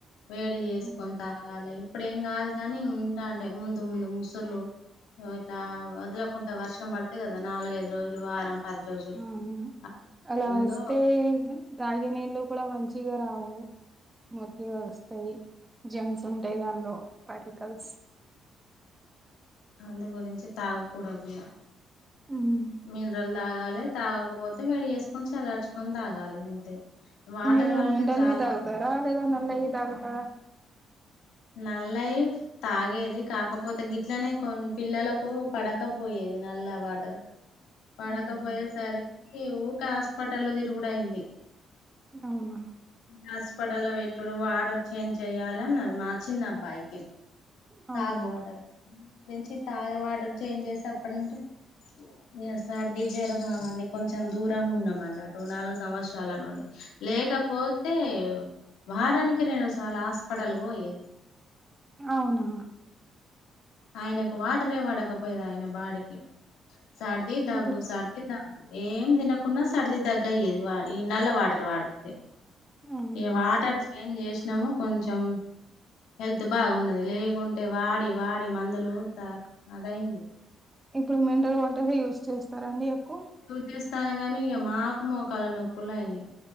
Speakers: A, on the left; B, on the right.
A: వేడి చేసుకొని
B: హ్మ్.
A: తాగాలి ఇప్పుడేం కాదు కానీ ఉంటా అంటే ముందు ముందు ముసళ్లు ఒ ఇట్లా వదలకులకుండా వర్షం పడితే కదా నాలుగైదు రోజులు వారం పది రోజులు
B: ఆవును
A: ఆ
B: అలా
A: టైంలో
B: వస్తే తాగినీళ్ళు కూడా మంచిగా రావు మురికి కలుస్తాయి జమ్స్ ఉంటాయి దానిలో పార్టికల్స్
A: అంత గురించి తాగకూడదు ఇగ
B: హ్మ్.
A: మినరల్ తాగాలి తాగకపోతే వేడి వేసుకొని చలార్చుకొని తాగాలి అంతే వాటర్
B: మీరు
A: వల్లనే
B: మినరల్
A: చాలా
B: ఇ తాగుతారా లేద నల్లయి తాగుతారా
A: నల్ల ఇఫ్ తాగేది కాకపోతే గిట్లనే కొన్ని పిల్లలకు పడకపోయేది నల్ల వాటర్ పడకపోయే
B: అవునా
A: సరికి ఊక హాస్పిటల్ తిరుగుడు ఐయింది
B: అవునా
A: హాస్పిటల్ పెట్టుడు వార్డర్ చేంజ్ చెయ్యాలి అన్నారు మా చిన్న అబ్బాయికి
B: అవునా
A: తాగు వాటర్ గురించి తాగ వాటర్ చేంజ్ చేసేప్పడు నుంచి ఇగ సర్ది జరమావని కొంచెం దూరంగ ఉన్నమన్నట్ టు నాలుగు సంవత్సరాల నుండి లేకపోతే తే వారానికి రెండు సార్ల హాస్పిటల్ పోయేది
B: అవునా
A: ఆయనకు వాటరే పడకపోయది ఆయన బాడికి సర్ది దగ్గు
B: ఇప్పుడు
A: సర్ది దగ్గు ఏం తినకుండా సర్ది దగ్గ అయ్యేది ఇ వా ఈ నల్ల వాటర్ వాడితే
B: అవునా
A: ఇగ వాటర్ చేంజ్ చేసినాము కొంచం హెల్త్ బాగున్నది లేకుంటే వాడి వాడి మందులు త అదయింది
B: ఇప్పుడు మినరల్ వాటరే యూజ్ చేస్తారండి ఎక్కు
A: చూ చేస్తాను అనగానే ఇక మాకు మోకాల నొప్పులు అయినాయి